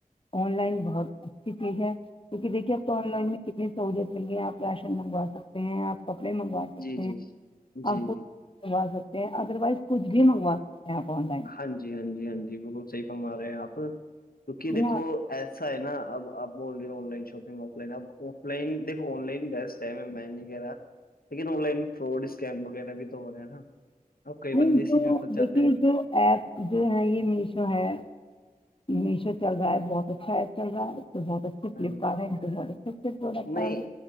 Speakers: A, on the left; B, on the left.
A: آن لائن بہت اچھی چیز ہے کیونکہ دھیے آپ کو آن لائن میں کتنی سہوولت مل گ ہے آپ راشن منگوا سکتے ہیں آپ کپڑے منگوا سکتے
B: جی جی
A: ہیں
B: جی
A: آپ کو
B: جی
A: مگوا سکتے ہیں ادروائز کچھ بھی منگوا سکتے ہیں آپ لائن
B: ہاں جی ہاں جی ہاں جی بالکل صحی فرما رہے ہیں آپ کیکہ
A: ہے
B: دیکھو
A: نا؟
B: ایسا ہے نا ابپ بول رہی ہو online shopping offline اب آف لائن دیکو آن لائن گٹ ہے میں نہیں کہہ رہا لیکن آن لائن فراڈ اسکیم وغیرہ بھی تو ہو رہے ہیں نا اب کئی بندے
A: نہیں
B: اسیز
A: جو
B: میں پھنس جاتے
A: دیکھیے
B: ہیں
A: جو ایپ جو ہیں یہ میشو ہے میشو چل رہا ہے بہت اچھا ایپ چل رہا ہے تو بہت اچھے
B: ہاں،
A: فلپکارٹ ہے ان کے گ اسے پ رہتا
B: نہیں
A: ہے